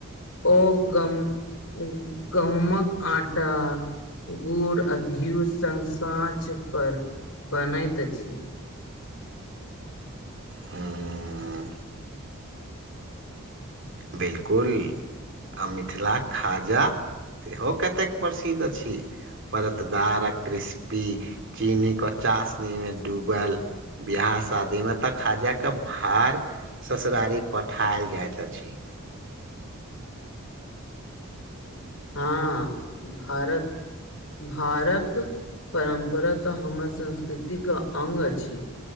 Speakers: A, on the left (about 60°); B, on the right (about 55°).
A: ओ गम गहुमक आटा गुड़ अ घ्यू संग साँच पर बनैत अछि।
B: हु बिलकुल आ मिथिला खाजा? सेहो कतेक प्रसिद्ध अछि परतदार आ क्रिस्पी। चीनीके चासनीमे डूबल बियाह शादी मे तऽ खाजाक भार ससुरारि पठायल जाइत अछि।
A: हँ भरत भारक परम्परा तऽ हमर संस्कृतिक अंग अछि।